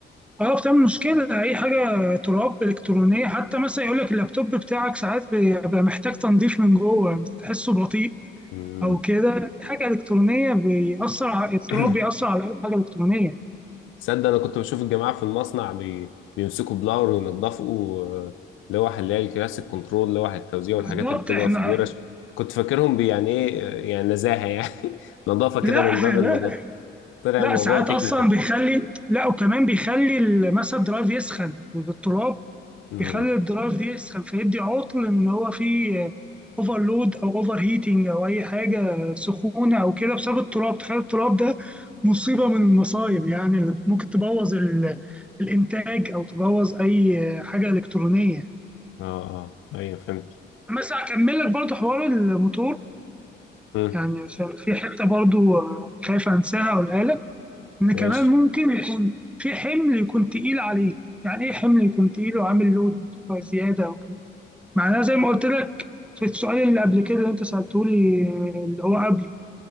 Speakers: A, in the centre; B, on the left.
A: اه بتعمل مشكله اي حاجه تراب الكترونيه حتى مثلا يقول لك اللابتوب بتاعك ساعات بيبقى محتاج تنظيف من جوه بتحسه بطيء
B: امم
A: او كده حاجه الكترونيه بيأثر على التراب
B: <coughs>
A: بيأثر على اي حاجه الكترونيه
B: تصدق انا كنت بشوف الجماعه في المصنع بي... بيمسكوا بلاور وينضفوا آه، لوح اللي هي الكلاسيك كنترول لوح التوزيع
A: فبالظبط
B: والحاجات اللي بتبقى
A: احنا
B: في الورش كنت فاكرهم بي- يعني ايه آه، يعني نزاهه يعني <laughs> نظافه كده
A: لا
B: من باب
A: لا
B: النظافه طلع
A: لا
B: الموضوع
A: ساعات
B: تكنيكال
A: اصلا بيخلي لا وكمان بيخلي ال- مثلا الدرايف يسخن التراب
B: امم
A: بيخلي الدرايف يسخن فيدي عطل ان هو فيه اوفرلود او اوفر هيتنج او اي حاجه سخونه او كده بسبب التراب تخيل التراب ده مصيبه من المصايب يعني اللي ممكن تبوظ ال- الانتاج او تبوظ اي حاجه الكترونيه
B: اه اه ايوه فهمت
A: بس هكمل لك برضه حوار الموتور
B: امم
A: يعني عشان في حتة برضه آه، خايف أنساها أقولها لك إن كمان
B: ماشي
A: ممكن ماشي يكون في حمل يكون تقيل عليه يعني إيه حمل يكون تقيل وعامل لود زيادة أو كده معناها زي ما قلت لك في السؤال اللي قبل كده اللي أنت سألته لي آه، اللي هو قبله